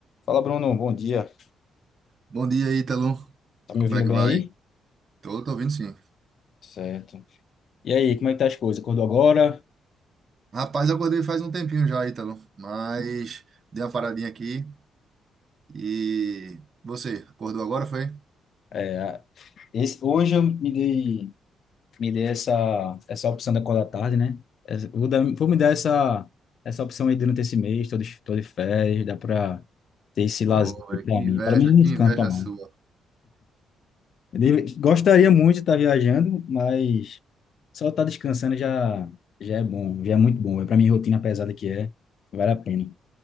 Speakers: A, on the left; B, on the right.
A: Fala, Bruno. Bom dia.
B: Bom dia, Ítalo.
A: Tá me
B: Como
A: ouvindo
B: é que
A: bem
B: vai?
A: aí?
B: Tô, tô ouvindo sim.
A: Certo. E aí, como é que tá as coisas? Acordou agora?
B: Rapaz, eu acordei faz um tempinho já, Ítalo, mas dei uma paradinha aqui e você, acordou agora, foi?
A: É, a- esse- hoje eu me dei, me dei essa, essa opção da acordar tarde, né? Essa- Vou, dar- vou me dar essa, essa opção aí durante esse mês, todo, de tô de férias, dá pra ter esse lazer
B: Pô,
A: aqui
B: véi,
A: pra
B: que
A: mim.
B: inveja,
A: Para mim,
B: que
A: me descansa,
B: inveja
A: mano.
B: sua.
A: Eu deve- gostaria muito de estar viajando, mas só estar descansando já, já é bom, já é muito bom. É pra minha rotina pesada que é, vale a pena.